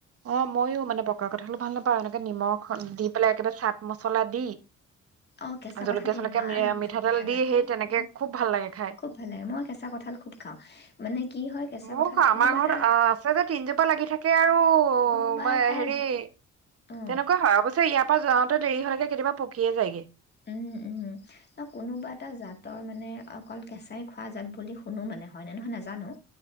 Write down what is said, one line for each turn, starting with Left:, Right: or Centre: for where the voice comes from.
Right: অ ময়ো মানে পকা কঠাল হলে ভাল নাপাওঁ এনেকে নিমখ দি পেলাই একেবাৰে। চাট মছলা দি
Left: অ', কেঁচা
Right: জলকীয়া
Left: কঁঠালটো
Right: চলকীয়া
Left: ইমান
Right: মি মিঠাতেল
Left: ধুনীয়া
Right: দি
Left: লাগে।
Right: সেই তেনেকে
Left: উম,
Right: খুব ভাল লাগে খাই
Left: খুব ভাল লাগে, মই কেঁচা কঠাল খুব খাওঁ। মানে কি হয় কেঁচা
Right: মও
Left: কঁঠাল
Right: খাও আমাৰ
Left: কোনোবা
Right: ঘৰত
Left: এটা
Right: অ আছে যে তিনজোপা লাগি থাকে আৰু
Left: কোনোবা
Right: মই
Left: এটা
Right: হেৰি তেনেকুৱা
Left: অঁ
Right: হয় অৱশ্যে ইয়াত। তা যাওঁতে দেৰি হ'লে কেতিয়াবা পকিয়ে যায়গে।
Left: উম উম উম ন কোনোবা এটা জাত। তৰ মানে অকল কেঁচাই খোৱা জাত বুলি শুনো মানে হয়নে নহয় নাজানো